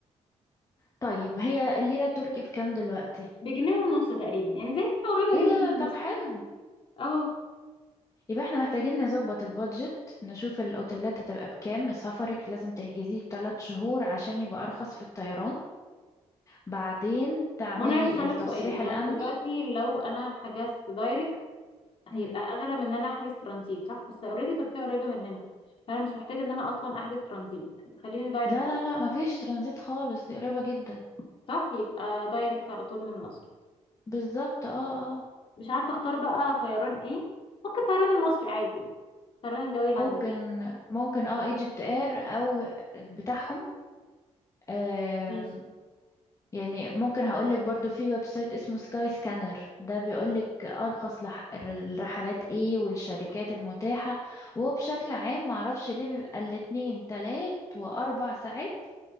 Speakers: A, on the left; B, on the left.
A: طيب هي الليرة التركي بكام دلوقتي
B: بجنيه ونص تقريبا يعني زي هي قريبه
A: ايه ده
B: جدا من
A: طب
B: مصر
A: حلو
B: اه
A: يبقى احنا محتاجين نظبط البادجت نشوف الاوتيلات هتبقى بكام سفرك لازم تحجزيه 3 شهور عشان يبقى ارخص في الطيران بعدين تعملي
B: ما انا عايزه اسالك
A: التصريح
B: سؤال
A: الامني
B: انا دلوقتي لو انا حجزت دايركت هيبقى
A: مم.
B: اغلى من ان انا احجز ترانزيت صح بس اوريدي تركيا قريبه مننا فانا مش محتاجه ان انا اصلا احجز ترانزيت خليني دايركت
A: لا لا
B: على طول،
A: لا مفيش ترانزيت خالص دي قريبة جدا
B: صح يبقى دايركت على طول من مصر
A: بالظبط اه اه
B: مش عارفه اختار بقى طيران ايه ممكن طيران المصري عادي الطيران الجوي اللي عندنا
A: ممكن ممكن اه ايجيبت اير او بتاعهم آه
B: ماشي
A: يعني ممكن هقولك برضو في ويب سايت اسمه سكاي سكانر ده بيقولك ارخص لح... الرحلات ايه والشركات المتاحة وهو بشكل عام معرفش ليه بيبقى الاتنين تلات واربع ساعات